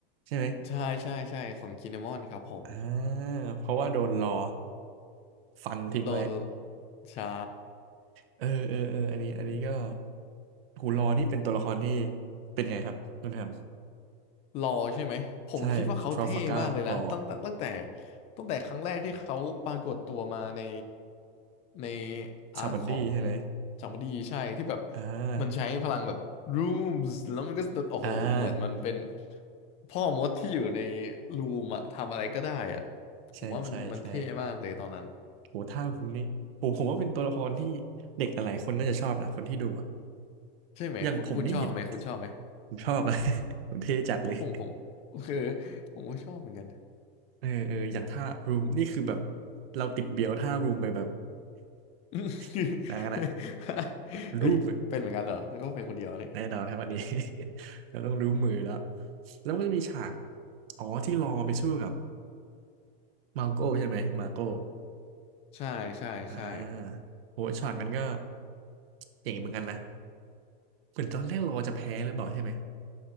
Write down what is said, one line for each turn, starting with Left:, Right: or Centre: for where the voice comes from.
Right: ใช่ไหม
Left: ใช่ใช่ใช่ของกินมอนครับผม
Right: อ่า เพราะว่าโดนรอฟันทิ้งไว้
Left: โดนใช่
Right: เออเออเออ อันนี้อันนี้ก็หูรอนี่เป็นตัวละครที่เป็นไงครับคุณแฮม
Left: รอใช่ไหมผมคิดว่าเขาเท่มากเลยนะตั้งแต่ตั้งแต่
Right: ใช่ทราฟาการ์ a อ
Left: ตั้งแต่ครั้งแรกที่เขาปรากฏตัวมาในใน
Right: <laughs>
Left: อาร์คของ
Right: ชาบันดี้ใช่ไหม
Left: จามดีใช่ที่แบบ
Right: อ่า
Left: มันใช้พลังแบบ rooms แล้วมันก็โอ้โหเหมือนมันเป็น
Right: อ่า
Left: พ่อมดที่อยู่ในรูมอะทำอะไรก็ได้อะ
Right: ใช่ใช่ใช่
Left: ผมว่ามันมันเท่มากเลยตอนนั้น
Right: โหท่าผมนี่โหผมว่าเป็นตัวละครที่เด็กหลายๆคนน่าจะชอบนะคนที่ดูอะ
Left: ใช่ไหมคุณคุณชอบไหมคุณชอบไหม
Right: อย่างผมนี่เห็นผมชอบอะ <laughs> ผมเท่จัดเลย
Left: ผมผมคือผมก็ชอบเหมือนกัน
Right: <laughs> เออเอออย่างท่ารูมนี่คือแบบเราติดเบียวท่ารูมไปแบบ
Left: <laughs>
Right: <laughs> นานอะรูมอะ
Left: เฮ้ยเป็นเหมือนกันเหรอนึกว่าเป็นคนเดียวเนี่ย
Right: แน่นอนครับอันนี้ <laughs> เราต้องรู้มือแล้วแล้วมันก็มีฉากอ๋อที่รอไปสู้กับมาโก้ใช่ไหมมาโก้
Left: ใช่ใช่ใช่
Right: อ่าโหช็อตนั้นก็เจ๋งเหมือนกันนะ เหมือนตอนแรกเราจะแพ้หรือเปล่าใช่ไหม